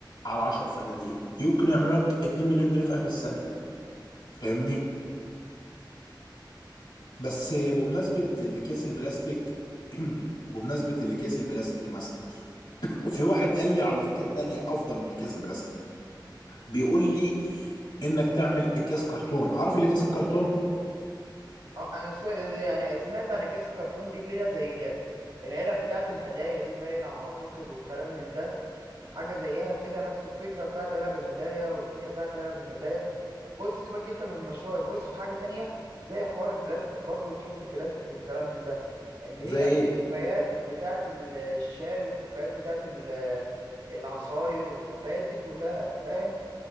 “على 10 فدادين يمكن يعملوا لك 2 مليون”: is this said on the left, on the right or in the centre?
Left